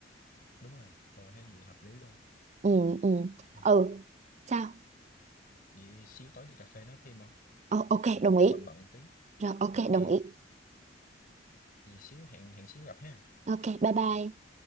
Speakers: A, on the left; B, on the right.
A: đúng rồi tôi thấy gì hợp lý luôn á
B: ừ ừ
A: Đây,
B: ừ sao
A: vậy xíu tối đi cà phê nói thêm không
B: Ồ, ok
A: tại
B: đồng
A: tôi cũng
B: ý
A: bận bận tí
B: rồi ok
A: ok
B: đồng ý
A: vậy xíu hẹn hẹn xíu gặp ha
B: ok bye bye